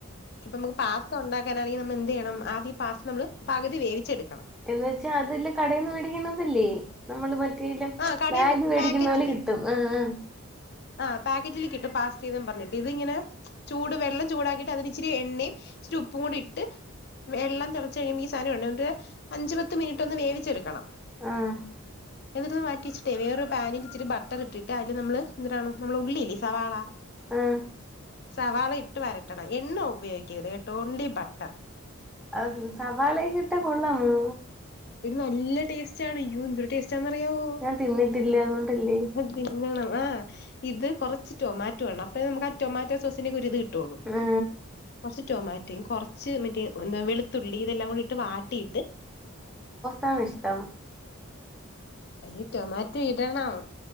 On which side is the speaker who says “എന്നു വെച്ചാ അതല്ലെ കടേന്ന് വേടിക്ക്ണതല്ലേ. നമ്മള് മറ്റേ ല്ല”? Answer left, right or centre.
Centre